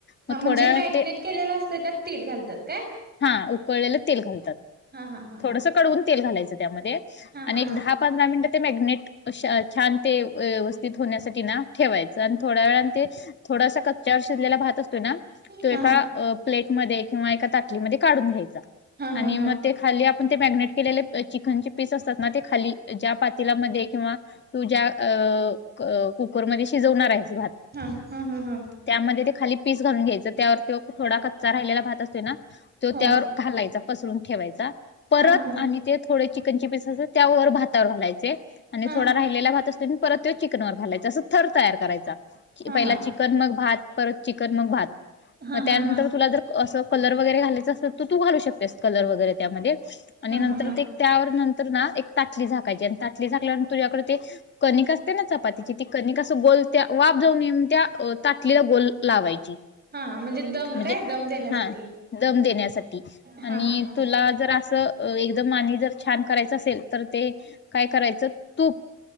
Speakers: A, on the left; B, on the right.
A: मग
B: हा म्हणजे
A: थोड्या वेळाने
B: मॅग्नेट
A: ते
B: केलेला असत त्यात तिल घालतात काय?
A: हा उकळलेलं तेल घालतात.
B: हा हा हा
A: थोडस कडवून तेल घालायचं त्यामध्ये
B: हा
A: आणि
B: हा
A: एक दहा पंधरा मिनिट ते मॅग्नेट अशा छान ते व्यवस्थित होण्यासाठी ना ठेवायचं आणि थोड्या वेळा ते थोडासा कच्च्यावर शिजलेला भात असतो ना, तो एका
B: हा हा
A: प्लेटमध्ये किंवा एका त <unintelligible> ली मध्ये काढून घ्यायचं
B: हा हा
A: आणि मग ते खाली आपण ते मॅग्नेट केलेले चिकनचे पीस असतात ना ते खाली ज्या पातीलामध्ये किंवा तुझ्या अ कुकरमध्ये शिजवणार आहेस भात.
B: हा, हा हा हा.
A: त्यामध्ये ते खाली पीस घालून घ्यायचं त्यावर तो थोडा कच्चा राहिलेला भात असतोय ना तो
B: हो
A: त्यावर घालायचा पसरून ठेवायचा परत
B: हा हा ह
A: आणि त्यात थोडे चिकनचे पीस अस त्या वर भातावर घालायचे आणि
B: हा
A: थोडा राहिलेला भात असतोय परत तो चिकन वर घालायच अस थर तयार करायचा,
B: हा
A: पहिला
B: हा
A: चिक कन मग भात परत चिकन मग भात,
B: हा
A: मग त्यानंतर
B: हा हा हा
A: तुला जर असं कलर वगैरे घालायचं असतं त तू घालू शकतेस कलर वगैरे त्यामध्ये आणि
B: हा
A: नंतर
B: हा
A: ते त्यावर नंतर ना एक तातली झाकायची आणि तातली झाकल्यान तुझ्याकडे ते कनिक असते ना चपातीची ती कनिक अस गोल त्या वाफ जाऊ नये <unintelligible> त्या अ तातलीला गोल लावायची.
B: हा हा म्हणजे दम
A: म्हणजे
B: काय दम देण्यासाठी
A: हा दम देण्यासाठी आणि
B: हा हा हा
A: <unintelligible> जर असं एकदम आणि जर छान करायचं असेल तर ते काय करायचं तूप